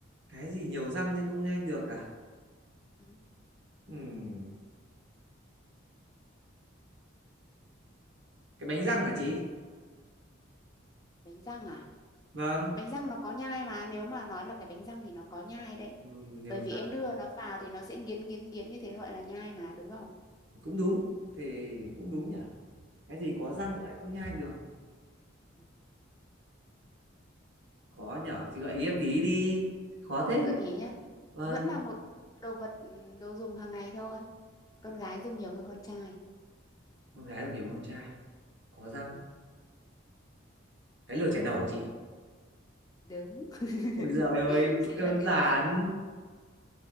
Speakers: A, on the right (about 60°); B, on the left (about 20°).
A: Cái gì nhiều răng nhưng không nhanh được à?
B: ừ.
A: Ừm, cái bánh răng hả chị?
B: bánh răng à
A: Vâng.
B: bánh răng nó có nhai mà nếu mà nói là cái bánh răng thì nó có nhai đấy
A: Ừm, nhiều
B: bởi vì
A: răng.
B: em đưa nó vào thì nó sẽ nghiến nghiến nghiến như thế nó gọi là nhai mà đúng không
A: cũng đúng thì cũng đúng nhỉ cái gì có
B: ừ.
A: răng lại không nhai được
B: Ừ.
A: khó nhở chị gợi ý em tí đi khó thế
B: gợi ý nhá
A: vâng
B: vẫn là một đồ vật ừ, đồ dùng hàng ngày thôi con gái dùng nhiều hơn con trai
A: con gái cũng nhiều con trai có răng
B: ừ.
A: cái lược chải đầu của chị
B: đúng <laughs>
A: ôi giời ơi
B: chính
A: đơn
B: là cái
A: giản
B: lược